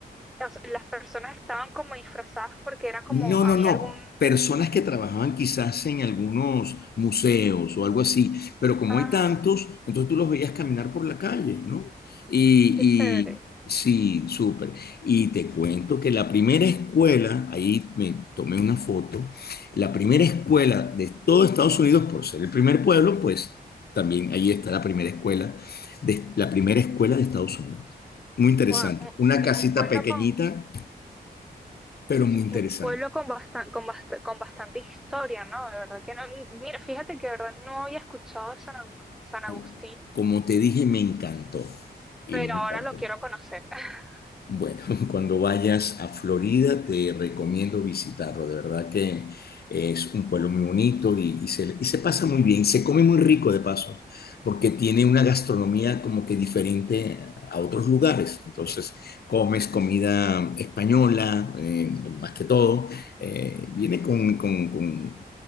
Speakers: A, in the centre; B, on the left (about 70°).
A: O sea, las personas estaban como disfrazadas porque era como,
B: No,
A: había
B: no, no.
A: algún,
B: Personas que trabajaban quizás en algunos museos o algo así, pero como
A: ah,
B: hay tantos, entonces tú los veías caminar por la calle, ¿no? Y,
A: qué chévere.
B: y sí, súper. Y te cuento que la primera escuela, ahí me tomé una foto, la primera escuela de todo Estados Unidos, por ser el primer pueblo, pues también ahí está la primera escuela, de, la primera escuela de Estados Unidos. Muy interesante.
A: Wow,
B: Una
A: es
B: casita
A: un pueblo
B: pequeñita,
A: con,
B: pero muy interesante.
A: Un pueblo con, bastan- con, bast- con bastante historia, ¿no? De verdad que no. Mira, fíjate que de verdad no había escuchado de San Agus- San
B: Como,
A: Agustín,
B: como te dije, me encantó y
A: pero
B: me
A: ahora
B: encantó.
A: lo quiero conocer. <laughs>
B: Bueno, <laughs> cuando vayas a Florida te recomiendo visitarlo, de verdad que es un pueblo muy bonito y, y se, y se pasa muy bien, se come muy rico de paso, porque tiene una gastronomía como que diferente a otros lugares. Entonces, comes comida española, eh, más que todo, eh, viene con, con, con,